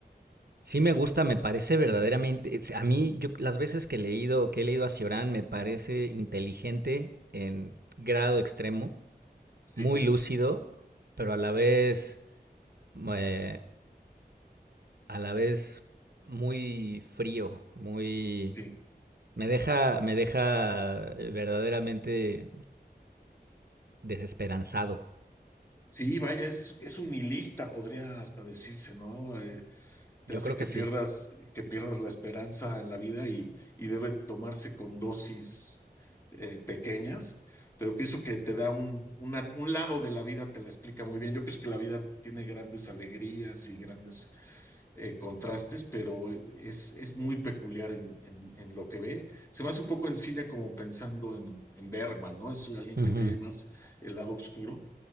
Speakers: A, on the right; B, on the left.
A: Sí me gusta, me parece verdaderamente, es- a mí yo las veces que he leído, que he leído a Cioran me parece inteligente en grado extremo,
B: Sí,
A: muy lúcido, pero a la vez eh, a la vez muy frío, muy
B: sí.
A: Me deja, me deja eh, verdaderamente desesperanzado.
B: Sí, vaya, es, es un nihilista, podría hasta decirse, ¿no? Eh,
A: Yo
B: te hace
A: creo que
B: que
A: sí.
B: pierdas, que pierdas la esperanza en la vida y, y debe tomarse con dosis eh, pequeñas, pero pienso que te da un, una- un lado de la vida, te la explica muy bien. Yo pienso que la vida tiene grandes alegrías y grandes eh, contrastes, pero es, es muy peculiar en, en- en lo que ve. Se me hace un poco en cine como pensando en, en Bergman, ¿no? Es alguien
A: Ujú,
B: que ve más el lado oscuro